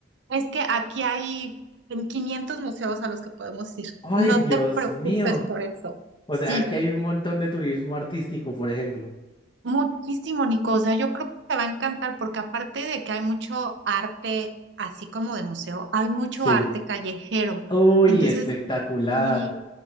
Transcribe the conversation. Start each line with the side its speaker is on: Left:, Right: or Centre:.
Right: Es que aquí hay en 500 museos a los que podemos ir.
Left: Ay,
Right: No
Left: Dios
Right: te preocupes
Left: mío.
Right: por eso.
Left: O
Right: Sí.
Left: sea, que hay un montón de turismo artístico, por ejemplo.
Right: Muchísimo, Nico. O sea, yo creo que te va a encantar porque aparte de que hay mucho arte, así como de museo, hay mucho
Left: Sí.
Right: arte callejero.
Left: Uy,
Right: Entonces,
Left: espectacular.
Right: sí,